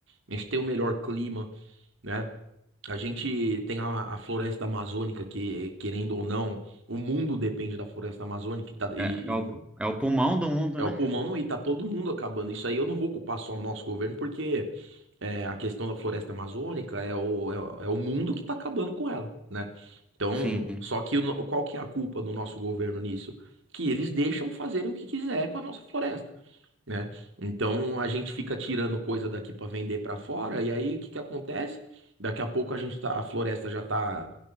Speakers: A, on the right; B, in the centre.
A: a gente tem o melhor clima. né? A gente tem a, a floresta amazônica que, querendo ou não, o mundo depende da floresta amazônica e, tá- e-
B: É, é o,
A: e
B: é o pulmão do mundo,
A: é
B: né?
A: o pulmão e tá todo mundo acabando. Isso aí eu não vou culpar só o nosso governo, porque é, a questão da floresta amazônica é o, é, o é o mundo que tá acabando com ela, né? Então,
B: Sim.
A: só que o no- qual que é a culpa do nosso governo nisso? Que eles deixam fazerem o que quiser com a nossa floresta né? Então a gente fica tirando coisa daqui para vender para fora, e aí o que que acontece? Daqui a pouco a gente tá, a floresta já tá,